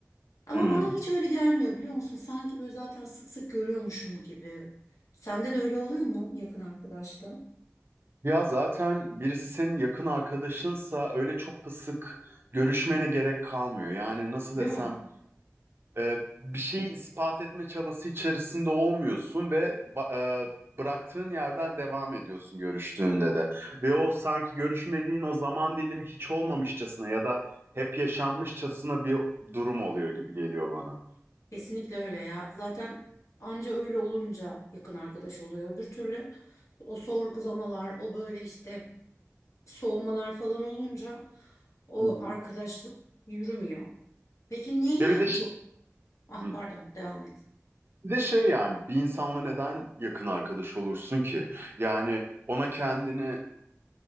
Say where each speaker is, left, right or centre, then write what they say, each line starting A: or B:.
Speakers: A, on the left; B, on the right.
A: Ama
B: misin?
A: bana hiç öyle gelmiyor biliyor musun? Sanki böyle zaten sık sık görüyormuşum gibi. Sende de öyle oluyor mu yakın arkadaşta?
B: Ya zaten birisi senin yakın arkadaşınsa öyle çok da sık görüşmene gerek kalmıyor. Yani nasıl
A: Değil
B: desem
A: mi?
B: e, bir şeyi ispat etme çabası içerisinde olmuyorsun ve ba- e, bıraktığın yerden devam ediyorsun görüştüğünde de. Ve o sanki görüşmediğin o zaman dilimi hiç olmamışçasına ya da hep yaşanmışçasına bir durum oluyor gibi geliyor bana.
A: Kesinlikle öyle ya. Zaten anca öyle olunca yakın arkadaş oluyor. Öbür türlü o sorgulamalar, o böyle işte soğumalar falan olunca o
B: Hı hı.
A: arkadaşlık yürümüyor. Peki neyi
B: Ve bir
A: en
B: de ş-
A: çok... Ah
B: Hı.
A: pardon devam et.
B: bir de şey yani bir insanla neden yakın arkadaş olursun ki? Yani ona kendini